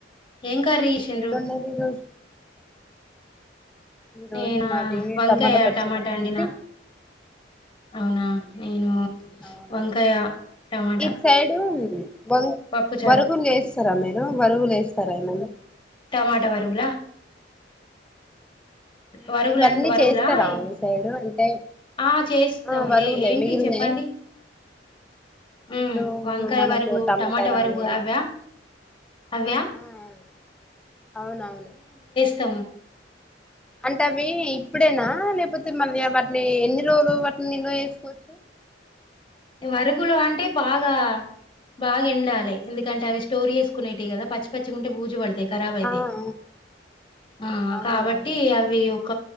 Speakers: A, on the left; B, in the centre.
A: ఏం కర్రీ చేసిండ్రు
B: ఏమన్నారు ఈ రోజు ఈ
A: నేనా
B: రోజు మాది
A: వంకాయ
B: పచ్చడా
A: టమాటా అండినా
B: మీది
A: అవునా నేను
B: అవునా
A: వంకాయ టమాటా
B: మీ సైడు వంగ్
A: పప్పుచారు
B: వరుగులు చేస్తారా మీరు వరుగులు వేస్తారా ఏమన్న
A: టమాట వరుగులా
B: ఆ
A: వరగుల
B: ఇవన్నీ
A: అండ్ వరగుల
B: చేస్తారా
A: అయ్
B: మీ సైడు అంటే
A: ఆ చేస్తాం
B: ఆ వరుగులే
A: ఏ ఏంటి
B: మిగిలినయి
A: చెప్పండి
B: <inaudible>
A: ఉ వంకాయ
B: మనకు
A: వరగు టమాటా
B: గాని
A: వరగు అవ్యా అవ్యా
B: ఆ అవునవును
A: త
B: అంటే అవి ఇప్పుడేనా లేపోతే మళ్ళీ వాటిని ఎన్ని రోజులు వాటిని నిలువ చేసుకోచ్చు <inaudible>
A: వరుగులు అంటే బాగా బాగ ఎండా లే ఎందుకంటే అవి స్టోర్ చేసుకునేటివి కదా పచ్చి పచ్చి తే బూజు పడతాయి ఖరాబ్ అయితాయి
B: ఆ ఆ,
A: ఆ ఆ
B: అవునవును
A: కాబట్టి అవి ఒక